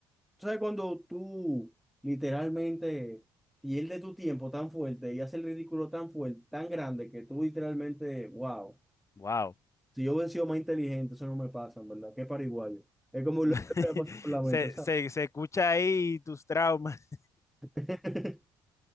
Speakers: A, in the centre; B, on the left.
A: Tú sabes cuando tú literalmente pierdes tu tiempo tan fuerte y haces el ridículo tan fuerte, tan grande, que tú literalmente, wow,
B: wow.
A: si yo hubiera sido más inteligente, eso no me pasa, en verdad, qué pariguayo. Es como lo que
B: <laughs>
A: me pasó por la
B: se,
A: mente, ¿sabes?
B: se, se escucha ahí tus traumas.
A: <laughs>